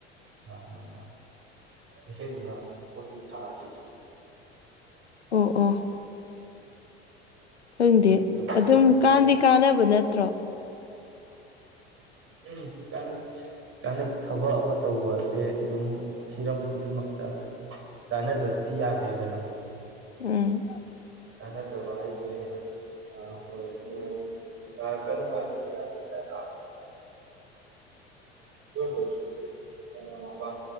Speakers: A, on the right; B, on the left.
A: ꯑꯥ ꯑꯍꯦꯟꯕ ꯄꯣꯠꯇꯤ ꯊꯥꯗꯦ ꯍ
B: ꯑꯣ
A: <inaudible>
B: ꯑꯣ ꯈꯪꯗꯦ
A: ꯑꯗꯨꯃꯥꯏꯅ
B: ꯑꯗꯨꯝ
A: ꯂꯩꯌꯦ
B: ꯀꯥꯟꯅꯗꯤ ꯀꯥꯟꯅꯕ ꯅꯠꯇ꯭ꯔꯣ
A: ꯎꯝ ꯀꯟꯅꯩ ꯀꯥꯟꯅꯩ ꯊꯕꯛ ꯑꯃ ꯇꯧꯕꯁꯦ ꯁꯦ ꯑꯗꯨꯝ ꯍꯤꯔꯝ ꯈꯨꯗꯤꯡꯃꯛꯇ ꯀꯥꯟꯅꯗꯗꯤ ꯌꯥꯗꯦꯗꯅ
B: ꯎꯝ
A: ꯀꯥꯟꯅꯗꯕ ꯍꯥꯏꯁꯦ ꯑꯥ ꯑꯣꯏ ꯑꯣꯏ ꯇꯔꯛꯀꯅꯨ ꯍꯥꯏꯕꯁꯨ ꯌꯥ ꯅꯠꯇ꯭ꯔꯥ ꯀ